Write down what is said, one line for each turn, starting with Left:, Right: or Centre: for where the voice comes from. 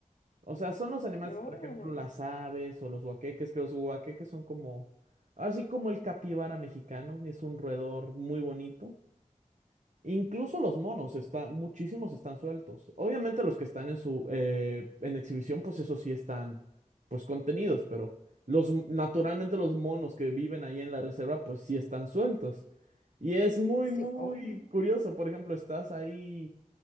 Right: O sea, son los animales,
Left: Oh,
Right: por ejemplo, las aves o los huaqueques, que los huaqueques son como, así como el capibara mexicano, es un roedor muy bonito. Incluso los monos están, muchísimos están sueltos. Obviamente los que están en su eh, en exhibición, pues eso sí están pues contenidos, pero los naturalmente los monos que viven ahí en la reserva, pues sí están sueltos. Y es muy,
Left: sí,
Right: muy
Left: oh.
Right: curioso. Por ejemplo, estás ahí,